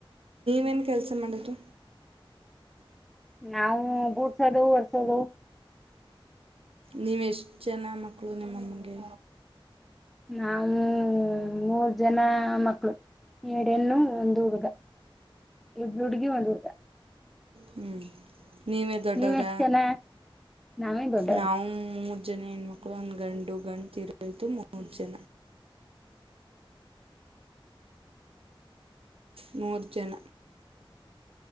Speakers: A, on the right; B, in the centre.
A: ಏನು ಕೆಲಸ ಮಾಡೋದು
B: ನಾವು ಗುಡ್ಸೋದು ಹೊರ್ಸದು
A: ನೀವು ಎಷ್ಟು ಜನ ಮಕ್ಕಳು ನಿಮ್ಮಮ್ಮಗೆ
B: ನಾವ ಮೂರ್ ಜನ ಮಕ್ಕಳು ಎರಡ ಹೆಣ್ಣು ಒಂದು ಹುಡುಗ ಇಬ್ರು ಹುಡ್ಗಿ ಒಂದ್ ಹುಡಗ
A: ಹ್ಮ್ ನೀವೇ ದೊಡ್ಡವ್ರ
B: ನೀವ್ ಎಷ್ಟ್ ಜನ ನಾವೇ ದೊಡ್ಡವ್ರು
A: ನಾವು ಜನ ಹೆಣ ಮಕ್ಳು ಒಂದ ಗಂಡು ಗಂಡು ತೀರೋಯ್ತು ಮೂರು ಜನ ಮೂರು ಜನ